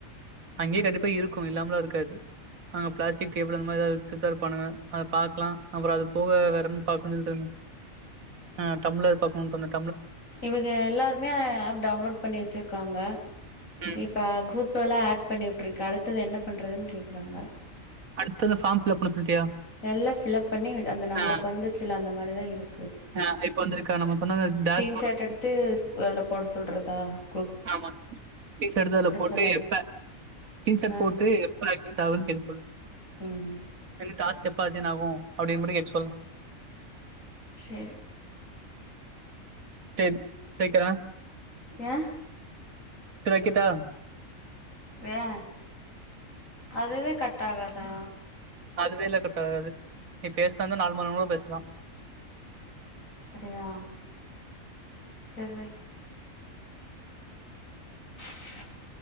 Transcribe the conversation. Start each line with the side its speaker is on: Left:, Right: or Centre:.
Right: அங்கே கண்டிப்பா இருக்கு இல்லாமலா இருக்காது அங்க பிளாஸ்டிக் டேபுள் அந்த மாரி எதா வச்சிதா இருப்பானுங்க அத பாக்கலா அப்புறம் அது போக வேற பாக்குனு இன்ட்ருந்த ஆ டம்ளார் பாகக்குனு இன்ட்ருந்த
Left: இவுக எல்லாருமே ஆப் டவுன்லோட் பண்ணி வச்சிருக்காங்க
Right: ம்.
Left: இப்ப குரூப் எல்லா ஆட் பண்ணி விட்ருக்கு அடுத்தது என்ன பண்றதுன்னு கேக்குறாங்க.
Right: அடுத்தது ஃபார்ம் ஃபில் அப்னு சொல்ட்டியா?
Left: நல்ல பிலப் பண்ணி அந்த நம்மளுக்கு
Right: ஆ.
Left: வந்துச்சி இல்ல அந்த மாரி அப்டே தா இருக்
Right: ஆ இப்ப வந்துருக்கா நம்ம சொன்னது டேஸ்
Left: இன்ஷார்ட்டு எடுத்து கு அதுல போட சொல்றதா ஆ
Right: ஆமா ஸ்கீன் ஷாட் எடுத்து அதுல போட்டு்
Left: சொல்லு
Right: எப்ப கீன் ஷாட்
Left: ஆ
Right: போட்டு எப்ப அடுத்தது தேவைன்னு கேக்க சொல்லு.
Left: ம்
Right: இல்லனா டாஸ்க் எப் ப அசைன் ஆகு அப்டின்னு மட்டு கேக்க சொல்லு
Left: செரி
Right: செரி வெக்கிறே
Left: யேன்
Right: செரி வெக்கிட்டா?
Left: வே அதுவே கட்ட ஆகாதா?
Right: அதுவே இல்ல கட் ஆகாது நீ பேசறதா இருந்தா நாலு மணி நேரங்கூட பேசலா.
Left: அதயா சரி வை <unintelligible>